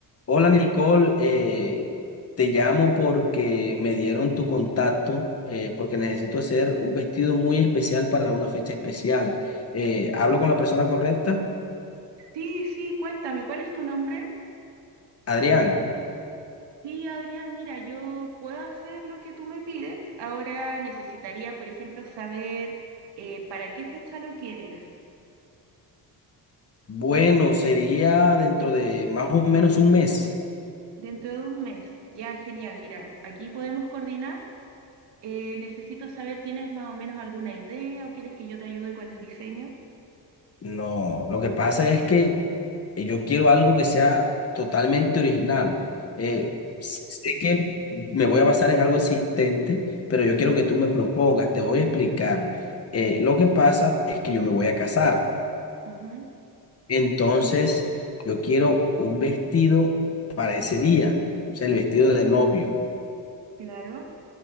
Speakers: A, on the left; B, on the right.
A: Hola Nicole, eh, te llamo porque me dieron tu contacto, eh, porque necesito hacer un vestido muy especial para una fecha especial. Eh, ¿hablo con la persona correcta?
B: Sí, sí, cuéntame, ¿cuál es tu nombre?
A: Adrián,
B: Sí, Adrián, mira, yo puedo hacer lo que tú me pides. Ahora necesitaría, por ejemplo, saber eh, para qué fecha lo quieres.
A: bueno, sería dentro de más o menos un mes.
B: Dentro de un mes. Ya, genial. Mira, aquí podemos coordinar. Eh, necesito saber, ¿tienes más o menos alguna idea o quieres que yo te ayude con el diseño?
A: No, lo que pasa es que eh, yo quiero algo que sea totalmente original. Eh, s- sé que me voy a basar en algo existente, pero yo quiero que tú me propongas, te voy a explicar. Eh, lo que pasa es que yo me voy a casar,
B: Ujú, ujú,
A: entonces yo quiero un vestido para ese día, o sea, el vestido de novio.
B: claro.